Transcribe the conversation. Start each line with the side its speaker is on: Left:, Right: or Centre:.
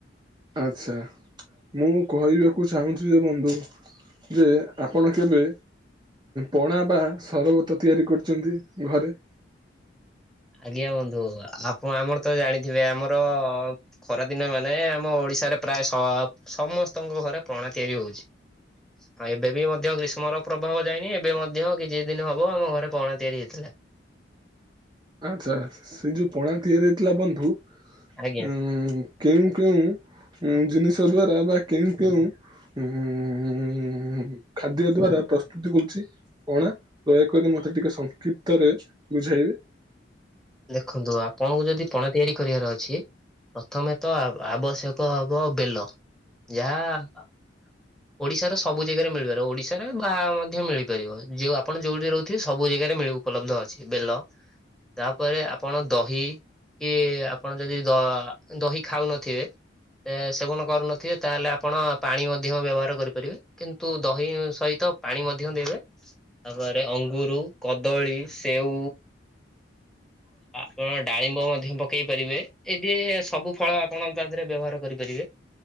Right: ଆଚ୍ଛା। ମୁଁ କହିବାକୁ ଚାହୁଁଚି ଯେ, ବନ୍ଧୁ ଯେ ଆପଣ କେବେ ପଣା ବା ସରବତ ତିଆରି କରିଚନ୍ତି ଘରେ।
Centre: ଆଜ୍ଞା ବନ୍ଧୁ, ଆପଣ ଆମର ତ ଜାଣିଥିବେ ଆମର ଖରାଦିନେ ମାନେ ଆମ ଓଡିଶାରେ ପ୍ରାୟ ସ ସମସ୍ତଙ୍କ ଘରେ ପଣା ତିଆରି ହଉଚି। <inaudible> ଆଉ ଏବେ ବି ମଧ୍ୟ ଗ୍ରୀଷ୍ମର ପ୍ରଭାବ ଯାଇନି, ଏବେ ମଧ୍ୟ କିଛି ଦିନ ହବ ଆମ ଘରେ ପଣା ତିଆରି ହେଇଥିଲା।
Right: ଆଚ୍ଛା, ସେ ଯୋଉ ପଣା ତିଆରି ହେଇଥିଲା ବନ୍ଧୁ ଉ
Centre: ଆଜ୍ଞା
Right: କେଉଁ କେଉଁ ଜିନିଷ ଦ୍ଵାରା, ବା କେଉଁ କେଉଁ ଉଁ ଖାଦ୍ୟ ଦ୍ଵାରା ପ୍ରସ୍ତୁତି ହୋଉଚି। ପଣା ଦୟାକରି ମତେ ଟିକେ ସଂକ୍ଷିପ୍ତରେ ବୁଝେଇବେ।
Centre: ଦେଖନ୍ତୁ ଆପଣଙ୍କୁ ଯଦି ପଣା ତିଆରି କରିବାର ଅଛି ପ୍ରଥମେ ତ ଆବଶ୍ୟକ ହବ ବେଲ ଯାହା ଓଡିଶାର ସବୁ ଜାଗାରେ ମିଳିପାରିବ, ଓଡିଶାରେ ବାହା ମଧ୍ୟ ମିଳିପାରିବ ଯଉ ଆପଣ ଯୋଉଠି ରହୁଥିବେ ସବୁ ଜାଗାରେ ମିଳୁ ଉପଲବ୍ଧ ଅଛି ବେଲ ତାପରେ ଆପଣ ଦହି କି ଆପଣ ଯଦି ଦ ଦହି ଖାଉନଥିବେ ସେ ସେବନ କରୁନଥିବେ ତାହେଲେ ଆପଣ ପାଣି ମଧ୍ୟ ବ୍ୟବହାର କରିପାରିବେ, କିନ୍ତୁ ଦହି ସହିତ ପାଣି ମଧ୍ୟ ଦେବେ ତାପରେ ଅଙ୍ଗୁରୁ, କଦଳୀ, ସେଉ
Right: <unintelligible>
Centre: ଆପଣ ଡାଳିମ୍ବ ମଧ୍ୟ ପକେଇ ପାରିବେ ଏଦି ସବୁ ଫଳ ଆପଣ ତା ଦେହରେ ବ୍ୟବହାର କରିପାରିବେ।